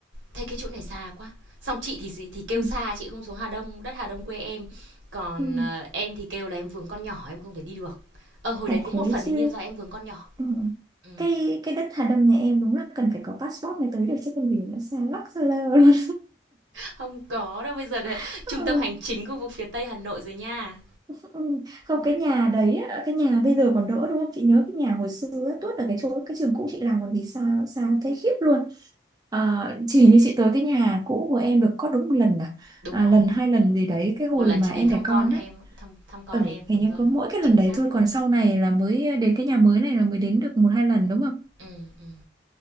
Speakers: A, on the right; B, on the right.
A: thế cái chỗ này xa quá xong chị thì gì- thì kêu
B: ừ,
A: xa chị không xuống Hà Đông đất Hà Đông quê em còn
B: ừ,
A: ờ, em thì kêu là em vướng con nhỏ em không thể đi được ờ hồi
B: chả
A: đấy cũng
B: thế
A: một phần đương
B: chứ
A: nhiên do em vướng con nhỏ
B: ừ.
A: ừ.
B: cái cái đất Hà Đông nhà em đúng là cần phải có passport mới tới được chứ không vì nó xa lắc xa lơ luôn
A: không có đâu bây giờ là
B: <laughs>
A: trung tâm hành chính khu vực phía Tây Hà Nội rồi nha
B: <laughs> Ừ, không
A: Ừ,
B: cái nhà đấy á, cái nhà bây giờ còn đỡ đúng không chị nhớ cái nhà hồi xưa á, tuốt ở cái chỗ cái trường cũ chị làm còn vì sao sao thấy khiếp luôn Ờ, chỉ như chị tới cái nhà cũ của em được có đúng một lần à,
A: đúng
B: à
A: rồi
B: lần hai lần gì đấy cái hồi
A: một lần
B: mà
A: chị đến
B: em
A: thăm
B: đẻ
A: con
B: con
A: em
B: á
A: thăm thăm con
B: ừ
A: em
B: hình
A: đúng
B: như
A: rồi
B: có mỗi cái
A: chính
B: lần đấy
A: xác
B: thôi
A: luôn
B: còn sau này là mới đến cái nhà mới này là mới đến được một hai lần đúng không
A: ừ ừ